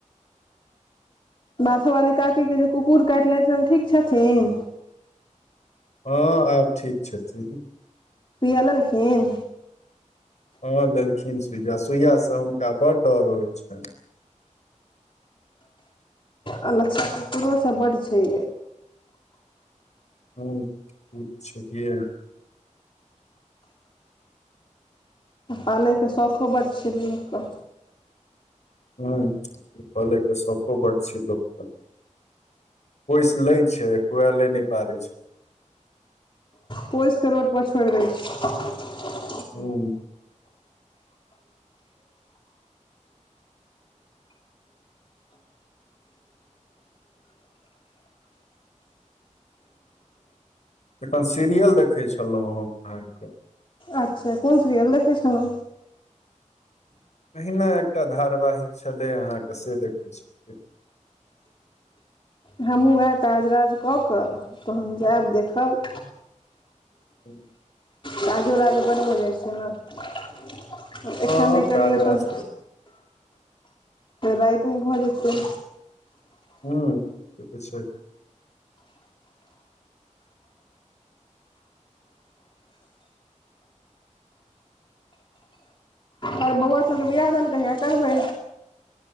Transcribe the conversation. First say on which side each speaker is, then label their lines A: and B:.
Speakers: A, on the left; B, on the left.
A: माथो वाली काकीे जे कुकुर काटि लैत छल ठीक छथिन
B: हँ आब ठीक छथिन
A: सुयललखन
B: हँ देलखिन सुइया सुइया से हुनका बड डर होइ छनि
A: आ लच्छा कुसरोसभ बड्ड छै
B: ह ई तऽ छैहिए
A: पालयके शौखो बड्ड छै लोककेँ
B: ह्म पलयके शौको बड्ड छै लोकके पइस लै छै खुआले नहि पारै छै
A: पोस कऽ रोडपर छोड़ि दै छी
B: ह्म एखन सीरियल देखै छलहुँ हम अहाँकेँ
A: अच्छा कोन सिरियल देखै छल
B: अहिना एकटा धारवाहिक छलै अहाँके से देखै छलियै
A: हमहूँ उएह काज राज कऽ कऽ तहन जायब देखब
B: ह्म्म
A: काजो राज बड्ड भऽ जाइ छै न
B: हँ
A: एकखन नहि करियौ
B: काज रास्ता
A: तऽ रातिमे भऽ जेतै
B: हूँ से तऽ छै
A: आओर बौआ सभके बिआह दान कहिया करबै